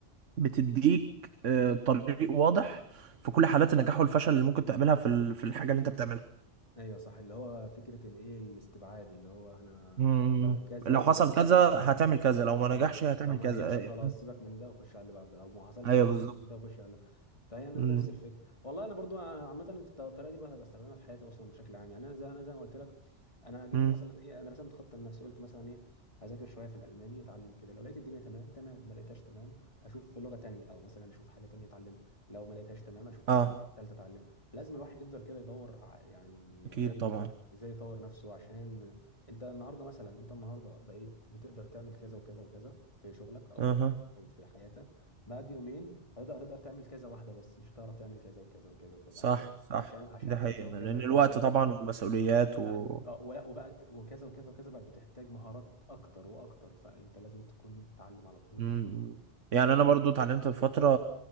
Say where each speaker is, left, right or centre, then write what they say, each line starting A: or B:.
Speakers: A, on the right; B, on the left.
A: بتديك آه طريق واضح في كل حالات النجاح والفشل اللي ممكن تقابلها في ال- في الحاجة اللي انت بتعملها
B: ايوه صح اللي هو فكره الايه الاستبعاد اللي هو انا
A: مم.
B: لو كذا
A: لو
B: يبقى
A: حصل كذا
B: اه
A: هتعمل كذا لو ما
B: اه
A: نجحش هتعمل
B: لو ما
A: كذا
B: نجحش
A: آه،
B: خلاص
A: فاهم؟
B: سيبك من ده وخش على اللي بعده لو ما حصلش
A: ايوه
B: سيبك
A: بالظبط
B: من ده وخش على اللي فهي انا
A: مم.
B: دي نفس الفكره والله انا برضو عامه في الطريقه دي بقى بستخدمها في حياتي اصلا بشكل عام يعني انا زي انا زي ما قلت لك انا جيت
A: مم.
B: مثلا ايه انا رسمت خطه لنفسي قلت مثلا ايه هذاكر شويه في الالماني واتعلم كده لو لقيت الدنيا تمام تمام ما لقيتهاش تمام هشوف في لغه تانية او مثلا اشوف حاجه تانية اتعلمها لو ما لقيتهاش تمام اشوف حاجه
A: اه
B: تالته تالتة اتعلمها لازم الواحد يفضل كده يدور ع- يعني
A: اكيد
B: ازاي
A: طبعا
B: ازاي يطور نفسه عشان انت النهارده مثلا انت النهارده بقيت بتقدر تعمل كذا وكذا وكذا في شغلك او
A: اها
B: او في حياتك بعد يومين هتقدر هتقدر تعمل كذا واحده بس مش هتعرف تعمل كذا وكذا وكذا وكذا
A: صح
B: عشان
A: صح
B: عشان عشان
A: دي حقيقة
B: كذا وكذا
A: لأن
B: وكذا
A: الوقت
B: وكذا
A: طبعا والمسؤوليات و...
B: بعد اه ولا وبقت وكذا وكذا وكذا بقت بتحتاج مهارات اكتر واكتر فانت لازم تكون تتعلم على طول
A: مم. يعني أنا برضو اتعلمت في فترة